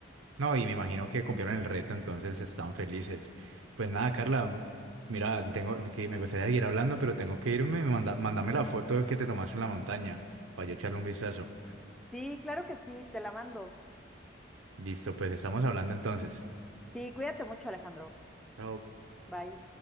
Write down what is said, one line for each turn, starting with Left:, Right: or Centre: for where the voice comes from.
Right: No, y me imagino que cumplieron el reto, entonces están felices. Pues nada, Carla, m- mira, tengo que me gustaría seguir hablando, pero tengo que irme. Manda, mándame la foto que te tomaste en la montaña para yo echarle un vistazo.
Centre: Sí, claro que sí, te la mando.
Right: Listo, pues estamos hablando entonces.
Centre: Sí, cuídate mucho, Alejandro.
Right: Chao.
Centre: Bye.